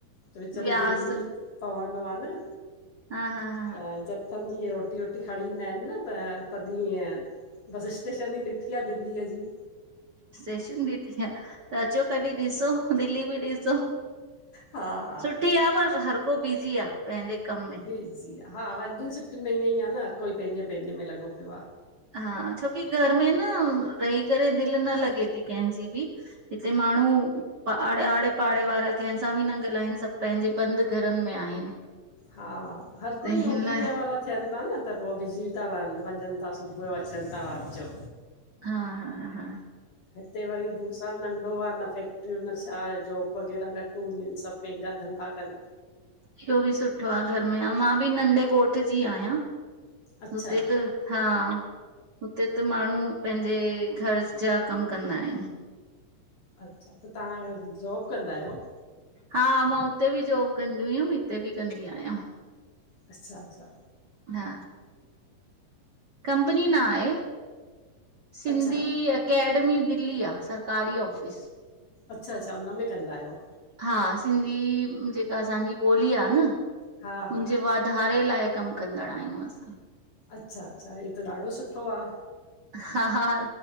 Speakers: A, on the left; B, on the right.
A: तो विच
B: व्यास
A: में दिल्ली पवंदो आ न।
B: हा-हा
A: त जथनि जी ईअ रोटी वोटी खणी ईंदा आहिनि न त तॾहिं ईअं बस स्टेशन ई ॾिठी आ दिल्लीअ जी।
B: स्टेशन ॾिठी आ, त अचो कॾहिं ॾिसो दिल्ली बि ॾिसो।
A: हा हा
B: <unintelligible> पर हर को बिज़ी आ पंहिंजे कम में
A: बीजी़ आ हा वॾीन सिटीन में ईअं ई आ न हर कोई पंहिंजे पंहिंजे में लॻो पियो आ।
B: हा छोकी घर में न रही करे दिलि न लॻे थी कंहिंजी ॿि। हिते माण्हू आड़े, आड़े पाड़े वारा कहिंसां बि न ॻाल्हाइनि सभु पंहिंजे बंदि घरनि में आहिनि।
A: हा हर
B: त
A: कोई
B: हिन
A: नौकरीअ
B: लाइ
A: वारा थियनि था न, त पोइ बिज़ी था रहनि वञनि था सुबुह जो अचनि था राति जो।
B: हा हा हा
A: हिते वरी भूसावल नंढो आ न फैक्ट्रियूं न छा जॉब वग़ैरह घटि हूंदियूं आहिनि सभु पहिंजा धंधा कन
B: इहो ॿि सुठो आ घर में मां ॿि नंढे ॻोठ जी आहियां
A: अच्छा
B: हुते त हा हुते त माण्हू पंहिंजे घर जा कमु कंदा आहिनि।
A: अच्छा त तव्हां जॉब कंदा आहियो?
B: हा मां हुते ॿि जॉब कंदी हुयमि हिते ॿि कंदी आहियां।
A: अच्छा-अच्छा
B: हा कंपनी ना आहे। सिंधी
A: अच्छा
B: अकेडमी दिल्ली आ सरकारी ऑफिस।
A: अच्छा-अच्छा हुन में कंदा आहियो।
B: हा सिंधी जेका असांजी ॿोली आ न,
A: हा
B: हुनजे
A: हा
B: वाधारे लाए कमु कंदड़ आहियूं असां।
A: अच्छा-अच्छा हीअ त ॾाढो सुठो आ।
B: हा हा